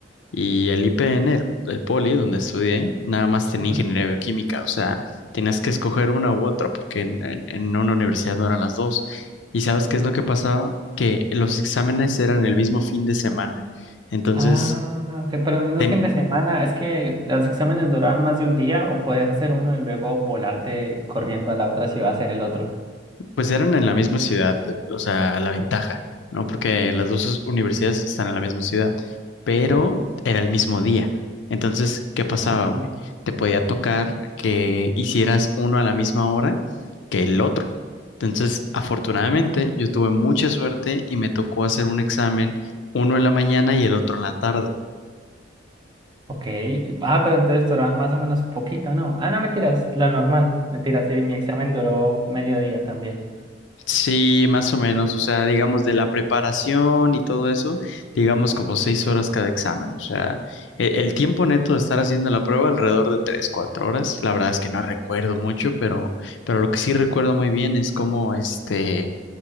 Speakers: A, on the left (about 85°); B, on the right (about 25°).
A: Y el IPN, el, el Poli, donde estudié, nada más tenía
B: ujú.
A: ingeniería bioquímica, o sea, tenías que escoger una u otra, porque en, en- en una universidad no eran las dos. ¿Y sabes qué es lo que pasaba? Que los exámenes eran el mismo fin de semana. Entonces,
B: Ah, ok, pero el mismo
A: ten-
B: fin de semana, ¿es que los exámenes duraban más de un día o podías hacer uno y luego volarte corriendo a la otra si va a hacer el otro?
A: Pues eran en la misma ciudad, eh, o sea, la ventaja, ¿no? Porque las dos universidades están en la misma ciudad, pero era el mismo día. Entonces, ¿qué pasaba,
B: Mm,
A: güey? Te podía tocar que hicieras uno a la misma hora que el otro. Entonces, afortunadamente,
B: Ajá.
A: yo tuve mucha suerte y me tocó hacer un examen, uno en la mañana y el otro en la tarde.
B: Ok. Ah, pero entonces duraban más o menos un poquito, ¿no? Ah, no, mentiras, lo normal. Mentiras, sí, mi examen duró medio día también.
A: Sí, más o menos, o sea, digamos de la preparación y todo eso, digamos como seis horas cada examen, o sea, e- el, tiempo neto de estar haciendo la prueba alrededor de tres, cuatro horas, la verdad es que no recuerdo mucho, pero, pero lo que sí recuerdo muy bien es cómo, este,